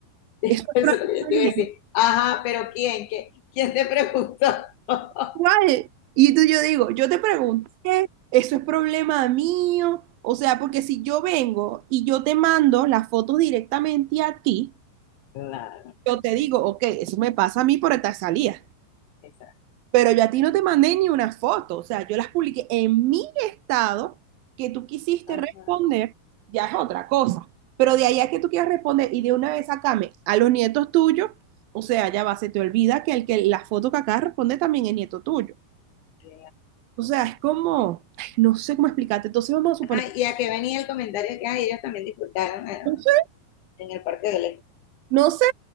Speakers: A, on the left; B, on the right.
A: eso
B: ¿eso es
A: es lo que
B: probable?
A: yo te iba a decir. Ajá, pero ¿quién? ¿Qué- ¿Quién te preguntó? <laughs>
B: ¿Cuál? Y tú, yo digo, yo te pregunté, eso es problema mío. O sea, porque si yo vengo y yo te mando las fotos directamente a ti,
A: Claro,
B: yo te digo, ok, eso me pasa a mí por esta salida.
A: exacto.
B: Pero yo a ti no te mandé ni una foto. O sea, yo las publiqué en mi estado, que tú quisiste
A: Ajá,
B: responder, ya es otra cosa. Pero de ahí a que tú quieras responder y de una vez sacame a los nietos tuyos, o sea, ya va, se te olvida que el que la foto que acá responde también es nieto tuyo.
A: qué
B: O sea, es como, ay, no sé cómo explicarte. Entonces vamos a suponer,
A: Ajá, y a qué venía el comentario que ay, ellos también disfrutaron. eh,
B: no sé,
A: en el parque yo le,
B: no sé,